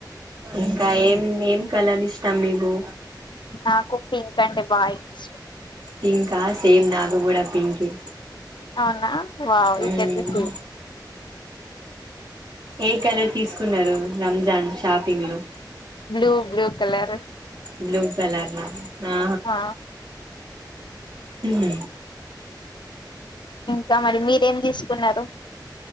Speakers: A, on the right; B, on the left.
A: ఇంకా ఏం ఏం కలలిష్టం మీగు
B: నాకు పింకంటె బాయ్ ఇ
A: పింకా సేమ్ నాది గూడా పింకె
B: అవునా వావ్
A: హ్మ్
B: ఇద్దరిది సేమ్
A: ఏ కలర్ తీసుకున్నారు రంజాన్ షాప్ పింగ్ లో
B: blue blue colour
A: blue colour నా
B: ఆ
A: హ్మ్
B: త మరి మీరేం దీసుకున్నారు.